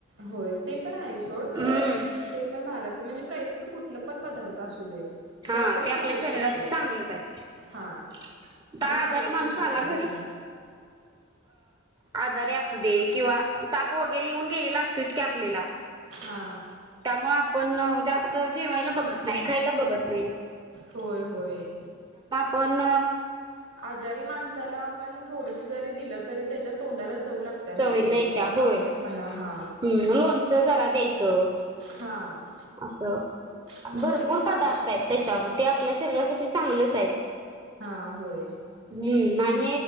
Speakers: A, on the right; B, on the right.
A: होय ते पण आहे सोड
B: हम्म
A: ते पण भार म्हणजे कैरीच कुठलं पण पदार्थ असू देत.
B: हा
A: आपण
B: ते आपल्या
A: खाऊ
B: शरीराात
A: शकतो
B: चांगलंच आहे
A: हा आणि
B: आजारी
A: खाऊ
B: माणूस
A: पण शकतोय
B: आला घरी
A: तसलं
B: आजारी दे किंवा तापू वगैरे येऊन गेलेला असतो इतक आपल्याला
A: हां.
B: त्यामुळे आपण जास्त जेवायला बघत नाही खायला बघत नाही.
A: होय होय.
B: पण
A: आजारी माणसाला आपण थोडस जरी दिलं. री त्याच्या तोंडाला चव लागते नाही
B: चवयला
A: ते
B: येत्या होय
A: आंबटपणा हा
B: ह् लोनच जरा द्यायचं.
A: हा.
B: असं.
A: मग
B: भरपूर
A: ते काय खाऊ
B: पदार्थ
A: शकते
B: आहेत त्याच्यावर ते आपल्या शरीरासाठी चांगलेच आहेत.
A: हा होय.
B: हम्म मण